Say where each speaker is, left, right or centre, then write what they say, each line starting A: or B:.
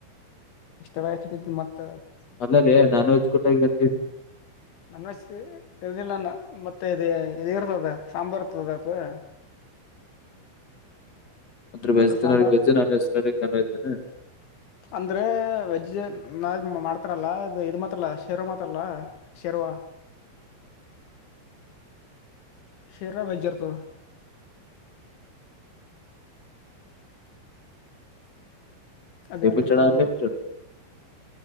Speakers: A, on the left; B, on the left.
A: ಎಷ್ಟ ತರ <unintelligible> ಹೆಚ್ಚತರಿ ಮತ್ತ
B: ಅಲ್ಲಲ್ಲೇ
A: ಅದೇ
B: ನಾನ್
A: ಇಲ್ಲ
B: ವೆಜ್ ಕುಟಾಗಿ ಏನ್ ತಿಂದಿ?
A: ನಾನ್ ವೆಜ್ ಇದಿಲ್ಲ ನ ಮತ್ತೆ ಇದು ಇದು ಇರ್ತದ ಸಾಂಬಾರ್ ಇರ್ತದ ಅದ
B: <unintelligible> ಅಂದ್ರ ವೆಜ್
A: ಅಲ್ಲ
B: ತಿನ್ನೋರಿಗೆ
A: ಸಾಂಬಾರ್
B: ವೆಜ್ ನಾನ್ ವೆಜ್ ತಿನ್ನೋರಿಗೆ ನಾನ್ ವೆಜ್ ಅನ
A: ಅಂದ್ರೆ ವೆಜ್ ನ ಮಾಡ್ತಾರಲ್ಲ ಇದು ಮಾಡ್ತಾರಲ್ಲ ಶೇರ್ವ ಮಾಡ್ತರಲ ಶೇರ್ವ ವಾಹ
B: <unintelligible>
A: ಶೇರ್ವ ವೆಜ್ ಇರ್ತದ
B: <inaudible>
A: ಅದೆಲ್ರು
B: ಲಿಮಿಟೆಡ್
A: ತಿನ್ಬೋದು
B: ಅನ್ಲಿಮಿಟೆಡ್